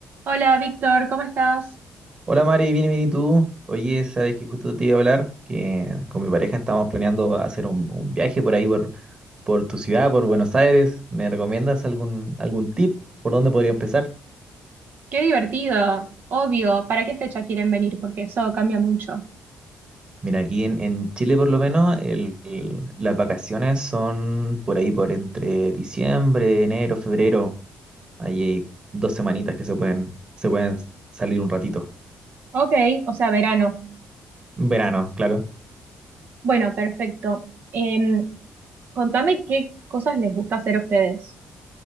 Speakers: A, on the right; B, on the right.
A: Hola, Víctor, ¿cómo estás?
B: Hola Mari, bien, bien, ¿y tú? Oye, sabes que justo te iba a hablar, que con mi pareja estamos planeando hacer un, un viaje por ahí, por, por tu ciudad, por Buenos Aires. ¿Me recomiendas algún, algún tip por dónde podría empezar?
A: Qué divertido. Obvio, ¿para qué fecha quieren venir? Porque eso cambia mucho.
B: Mira, aquí en, en Chile por lo menos el- el- las vacaciones son por ahí, por entre diciembre, enero, febrero. Ahí hay dos semanitas que se pueden, se pueden salir un ratito.
A: Ok, o sea, verano.
B: Verano, claro.
A: Bueno, perfecto. Em, contame qué cosas les gusta hacer a ustedes.